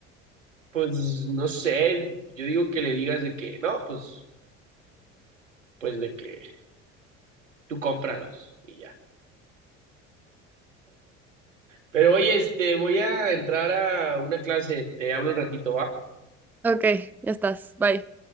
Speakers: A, on the right (about 85°); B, in the centre.
A: pues no sé, yo digo que le digas de que, no, pues, pues de que tú cómpralos y ya. Pero oye, este, voy a entrar a una clase, te hablo un ratito, ¿va?
B: Ok, ya estás. Bye.